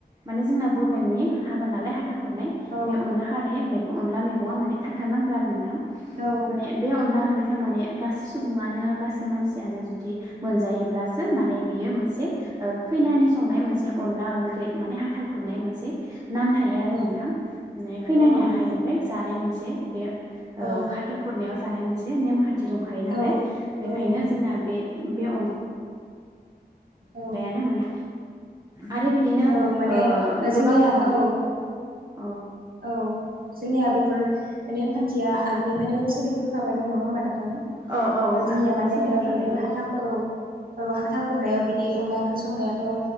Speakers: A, on the right; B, on the right.
A: माने जोंना बर'नि हाबा नालाय हाथा खुरनाय
B: औ
A: बे अनला खार रे मेगं अनला मेगना माने थाथारनांगो आरो नोंथां
B: औ
A: माने बे अनला ओं माने गासै सुबुङानो गासै मानसियानो जुदि मोनजायोब्लासो माने बियो मोनसे ओ खैनानि संनाय मोनसे अनला ओंख्रै माने हाथा खुरनाय मोनसे नाम थायो आरो
B: औ
A: नोंथां खैनानि
B: औ नंगौ
A: आखाइनिफ्राय जानाय मोनसे बे ओ
B: औ
A: हाथा खुरनायाव जानाय मोनसे नेम खान थि दंखायो नालाय
B: औ औ
A: बेखायनो
B: नंगौ
A: जोंना बे बे अन
B: औ
A: लायानो माने आरो बिदिनो
B: औ माने
A: ओ गोबां
B: जोंनिया
A: गोबां
B: औ।
A: औ
B: औ जोंनिया बेफोर नेमखान्थिया आगोलनिफ्रायनो सोलिबोखाबाय दं नङा होमबा नों थां
A: औ औ
B: जोंनिया
A: आगोलनिफ्राय
B: माने
A: सोलिबोखाबाय
B: ओ बेफोर
A: दं
B: हाथा औ औ हाथा खुरनायाव बिदि अनला ओंख्रि संनायाथ'ओ